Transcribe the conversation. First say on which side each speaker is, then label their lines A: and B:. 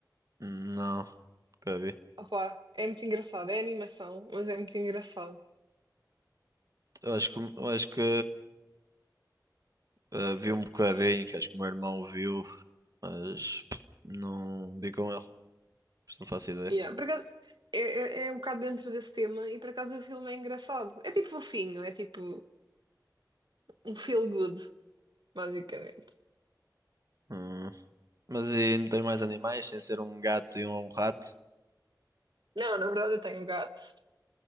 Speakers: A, on the right (about 50°); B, on the right (about 80°).
A: Não, nunca vi.
B: Opa, é muito engraçado, é animação, mas é muito engraçado.
A: Eu acho que, eu acho que. Uh, vi um bocadinho, que acho que o meu irmão viu, mas pff, não vi com ele, por isso não faço ideia.
B: Yeah, por acaso, é, é, é um bocado dentro desse tema e por acaso o filme é engraçado. É tipo fofinho, é tipo um feel good, basicamente.
A: Hum. Mas e não tenho mais animais, sem ser um gato e um rato.
B: Não, na verdade eu tenho um gato.